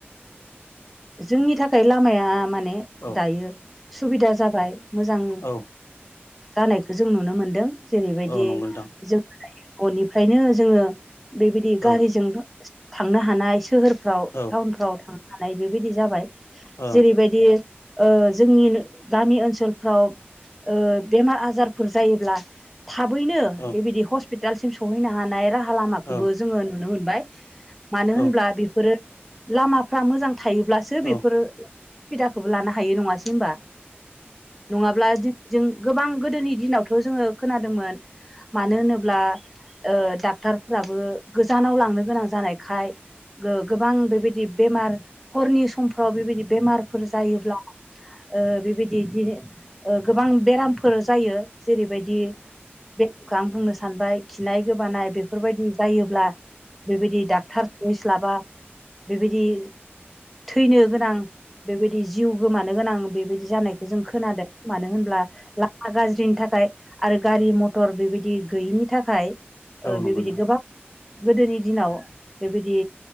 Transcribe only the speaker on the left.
ओ
औ
औ नंगौ नोंथां
औ
औ ओ
औ
औ
औ
औ
औ
नंगौ नोंथां